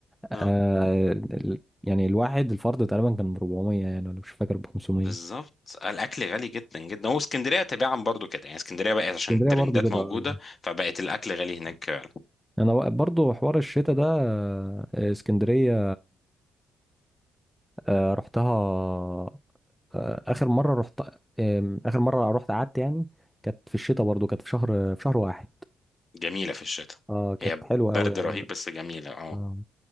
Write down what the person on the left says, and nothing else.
اه
بالظبط الاكل غالي جدا جدا واسكندريه تباعا برضو كده يعني اسكندريه بقت عشان
الترندات
موجوده
فبقت الاكل غالي هناك فعلا
جميلة في الشتاء
هي
برد
رهيب
بس جميلة اه